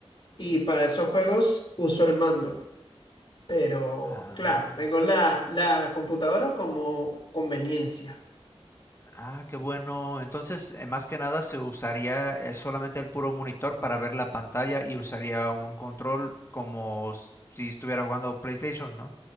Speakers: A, on the left (about 50°); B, on the left (about 25°).
A: y
B: Mm,
A: para esos juegos uso el mando. Pero
B: Ah,
A: claro, tengo la, la computadora como conveniencia.
B: ah, qué bueno. Entonces, eh, más que nada se usaría eh, solamente el puro monitor para ver la pantalla y usaría un control como s- si estuviera jugando PlayStation, ¿no?